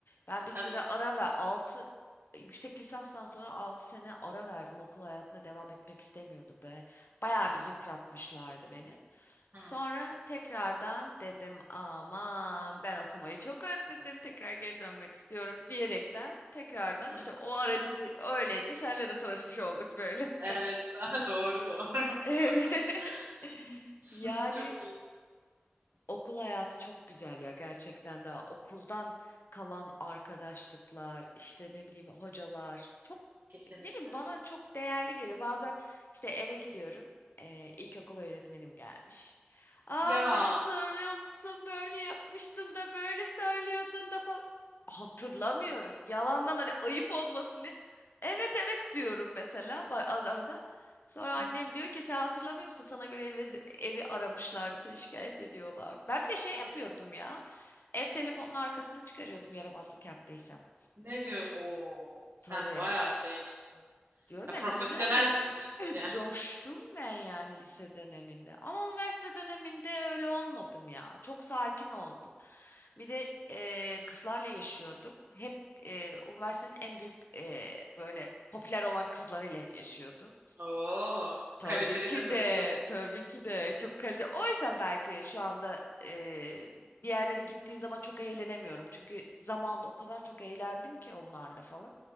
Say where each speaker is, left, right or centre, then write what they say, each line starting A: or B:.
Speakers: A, on the left (about 65°); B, on the right (about 70°).
A: Ben bir süre
B: Tabii canım.
A: ara ve 6 yüksek lisanstan sonra 6 sene ara verdim. Okul hayatına devam etmek istemiyordum. Böyle bayağı bir yıpratmışlardı beni.
B: Hı,
A: Sonra tekrardan dedim aman ben okumayı çok özledim tekrar geri dönmek istiyorum diyerekten tekrardan
B: hı.
A: işte o aracılığı öylece senle de tanışmış olduk böyle.
B: Evet,
A: <laughs>
B: <laughs> doğru doğru.
A: Evet.
B: <laughs>
A: Yani
B: Çok iyi.
A: Okul hayatı çok güzel ya gerçekten de okuldan kalan arkadaşlıklar işte ne bileyim hocalar çok
B: Kesinlikle.
A: ne bileyim bana çok değerli geliyor. Bazen işte eve gidiyorum eee ilkokul öğretmenim gelmiş. Aa
B: Ya.
A: sen hatırlıyor musun böyle yapmıştın da böyle söylüyordun da falan. Hatırlamıyorum yalandan hani ayıp olmasın diye. Evet evet diyorum mesela Ba- az arada. Sonra annem
B: Hı,
A: diyor ki sen hatırlamıyor musun? Sana göre evi, evi aramışlardı, seni şikayet ediyorlar. Ben bir de şey yapıyordum
B: hı.
A: ya. Ev telefonunun arkasını çıkarıyordum yaramazlık yaptıysam.
B: Ne diyor? Oo, sen
A: Tabii
B: bayağı şeymişsin.
A: diyorum
B: Ya,
A: ya
B: profesyonelmişsin
A: lise döneminde <laughs>
B: yani.
A: coştum ben yani lise döneminde. Ama üniversite döneminde öyle olmadım ya. Çok sakin oldum. Bir de e, kızlarla yaşıyorduk. Hep e, üniversitenin en büyük e, böyle popüler olan kızlarıyla hep yaşıyordum.
B: <laughs> Oo,
A: Tabii
B: kaliteli
A: ki
B: takılmışız.
A: de, tabii ki de çok kaliteli. O yüzden belki şu anda e, bir yerlere gittiğim zaman çok eğlenemiyorum. Çünkü zamanında o kadar çok eğlendim ki onlarla falan.